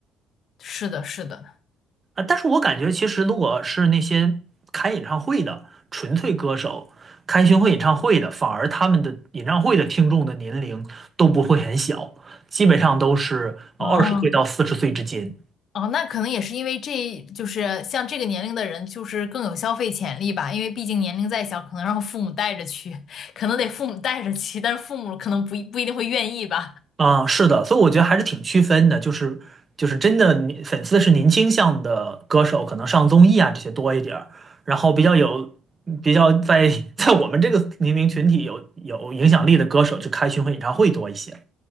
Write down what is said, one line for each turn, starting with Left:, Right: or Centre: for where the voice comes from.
Left: 是的，是的。
Right: 啊，但是我感觉其实如果是那些开演唱会的纯粹歌手，开巡回演唱会的，反而他们的演唱会的听众的年龄都不会很小，基本上都是呃二十岁到四十岁之间。
Left: 哦哦，那可能也是因为这就是像这个年龄的人，就是更有消费潜力吧，因为毕竟年龄再小，可能让父母带着去，可能得父母带着去，但是父母可能不一不一定会愿意吧。
Right: 啊，是的，所以我觉得还是挺区分的，就是就是真的你粉丝是年轻向的歌手，可能上综艺啊这些多一点儿，然后比较有比较在 <laughs> 在我们这个年龄群体有有影响力的歌手，就开巡回演唱会多一些。